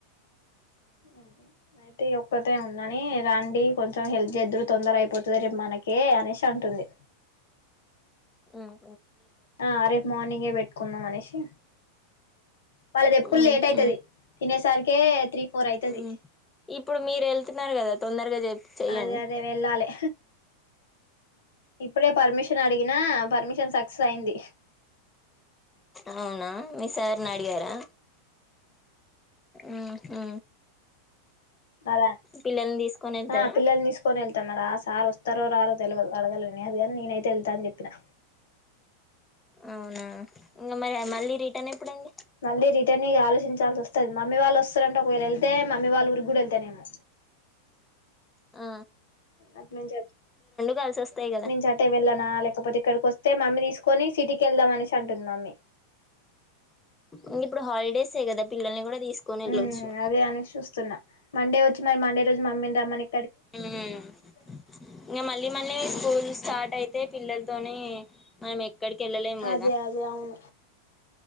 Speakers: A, on the left; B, on the left.
A: ఉమ్ అయితే ఒక్కతే ఉందని రండి కొంచెం హెల్ప్ చేదురు తొందర అయిపో పోతుంది ర మనకే అనేసి అంటుంది
B: ఉమ్
A: ఆ రేపు మార్నింగే పెట్టు కున్నా మనేషి వాళ్ళది ఎప్పుడు
B: ఉహు
A: లేట్ అవుతుది తినేసరికి త్రీ ఫోర్ అవుతుది
B: ఉ ఇప్పుడు మీరు వెళ్తున్నారు కదా తొందరగా చె చెయ్యండి
A: అదే అదే వెళ్ళాలి ఇప్పుడే పర్మిషన్ అడిగినా పర్మిషన్ సక్సెస్ అయింది
B: అవునా మీ సార్ని అడిగారా ఉహు
A: అద
B: పిల్లల్ని తీసుకొని వెళ్తారా
A: ఆ పిల్లలు తీసుకొని వెళ్తాం మరా సారు వస్తారో రారో తెలు అడగల విల్ ని అది కాని నేనైతే వెళ్తా అని చెప్పినా
B: అవునా మరి మళ్ళీ రిటన్ ఎప్పుడండి
A: మళ్ళీ రిటర్న్ ఆలోచించాల్సి వస్తుంది మమ్మీ వాళ్ళు వస్తారంటే ఒకవేళ వెళ్తే మమ్మీ వాళ్ళు ఊరికి కూడా వెళ్తానేమో
B: ఆ
A: అప్పనుంచి అ అటు అప్పనుంచి
B: కలిసి వస్తాయి
A: అ
B: కదా
A: అటు నుంచి అట్టే వెళ్ళాన లే ప్ట్ ఇకడికి వాస్ టీ మమ్మీ తీసుకొని సిటీ కెళ్దాం అనేసి అంటుంది మమ్మీ
B: ఇంక ఇప్పుడు హాలిడేసే కదా పిల్లల్ని కూడా తీసుకొని వెళ్ళొచ్చు
A: ఉమ్ అదే అని చూస్తున్నా మండే వచ్చినై మండే రోజు మమ్మీ రమణి
B: ఉమ్ ఇగా మళ్ళీ మళ్ళీ స్కూల్స్ స్టార్ట్ అయితే పిల్లలతోని అయి ఎక్కడికెళ్ళలేం కదా
A: అదే అదే అవును